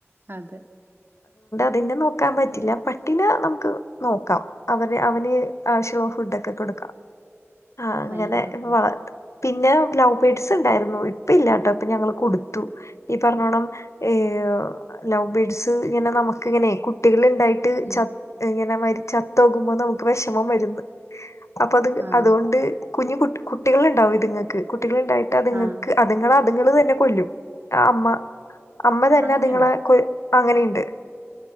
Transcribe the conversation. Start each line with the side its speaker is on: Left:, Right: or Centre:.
Right: അതെ
Left: ഇത്‌ നെ നോക്കാൻ പറ്റില്ല. പട്ടീന നമുക്ക് നോക്കാം അവ അവന് ആവശ്യൊള്ള ഫുഡ് ക്കെ കൊടുക്കാം ആഹ് അങ്ങനെ
Right: വല്യ കൊഴപ്പല്ല
Left: ഇപ്പൊ വളർത്ത് പിന്നെ ലവ് ബേഡ്സ് ഇണ്ടാരുന്നു. ഇപ്പ ഇല്ലാട്ടോ ഇപ്പ ഞങ്ങള് കൊടുത്തു. ഈ പറഞ്ഞോണം ഈ ഓ ലവ് ബേഡ്സ് ഇങ്ങന നമു ക്ക്ങ്ങനെ കുട്ടികള്ൺ ഇതായിട്ട്
Right: ഉം
Left: ചത് ഇങ്ങനെ മരി ചത്തോകുമ്പോ നമുക്ക് വെഷമം വര്ന്ന് അപ്പ അത്
Right: ആഹ്
Left: അതുകൊണ്ട് കുഞ്ഞു കുട്ട് കുട്ടികള്ണ്ടാവും ഇതുങ്ങക്ക് കുട്ടികള്ണ്ടായിട്ട് അത്ങ്ങക്ക്
Right: ആഹ്
Left: അത്ങ്ങളാണ് അതുങ്ങള് തന്നെ കൊല്ലും ആ അമ്മ അമ്മ തന്ന
Right: അങ്ങനെയുണ്ടോ
Left: അതുങ്ങളെ കൊ അ അങ്ങനെ ഇണ്ട്